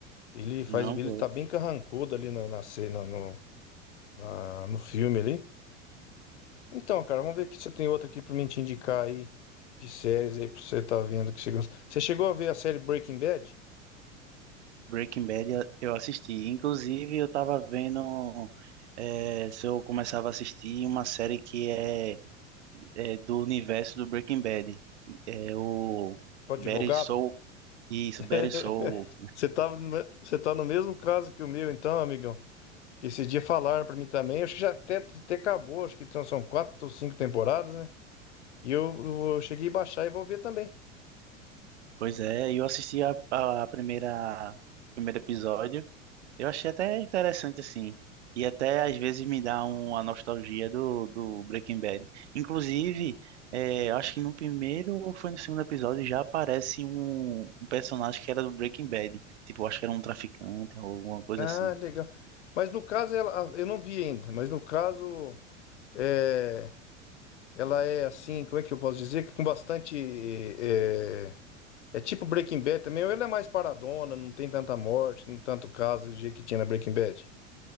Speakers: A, on the left (about 60°); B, on the right (about 60°).
A: Ele faz,
B: Não
A: ele
B: vou.
A: tá bem carrancudo ali na, na cena, no, na- no filme ali. Então, cara, vamos ver aqui se você tem outra aqui pra mim te indicar aí, de séries aí, pra você tá vendo que você gosta. Você chegou a ver a série Breaking Bad?
B: Breaking Bad eu eu assisti. Inclusive, eu tava vendo eh, se eu começava a assistir uma série que é, é do universo do Breaking Bad. É o
A: Do advogado?
B: Better Soul. Isso,
A: <laughs>
B: Better Soul.
A: Você tá, no- você tá no mesmo caso que o meu, então, amigão. Porque esse dia falaram pra mim também, acho que já até, até acabou, acho que então são quatro ou cinco temporadas, né? E eu, eu cheguei a baixar e vou ver também.
B: Pois é, eu assisti a, a primeira primeiro episódio. Eu achei até interessante, assim. E até às vezes me dá uma nostalgia do, do Breaking Bad. Inclusive, é, eu acho que no primeiro ou foi no segundo episódio já aparece um, um personagem que era do Breaking Bad. Tipo, eu acho que era um traficante ou alguma coisa
A: Ah,
B: assim.
A: legal. Mas no caso, ela, eu não vi ainda, mas no caso, é, ela é assim, como é que eu posso dizer? Que Com bastante. É, é é tipo Breaking Bad também, ou ela é mais paradona, não tem tanta morte, não tanto caso do jeito que tinha na Breaking Bad.